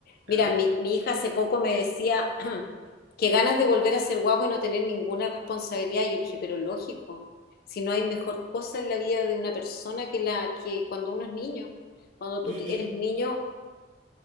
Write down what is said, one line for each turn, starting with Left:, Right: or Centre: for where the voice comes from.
Right: eso.
Left: Mira, mi, mi hija hace poco me decía <clears throat> que ganas de volver a ser guagua y no tener ninguna responsabilidad. Yo le dije, pero lógico, si no hay mejor cosa en la vida de una persona que la que cuando uno es niño. Cuando
Right: Y,
Left: tú te-
Right: y,
Left: eres niño,